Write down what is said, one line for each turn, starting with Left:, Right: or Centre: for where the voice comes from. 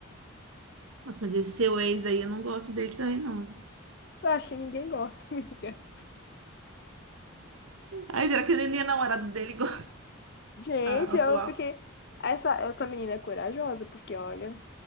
Right: Nossa, mas esse seu ex aí, eu não gosto dele também, não.
Left: Eu acho que ninguém gosta, <laughs> amiga.
Right: Ai, será que ele nem é namorado dele igual
Left: Gente,
Right: <laughs> a
Left: eu
Right: atual?
Left: fiquei. Essa, essa menina é corajosa, porque olha,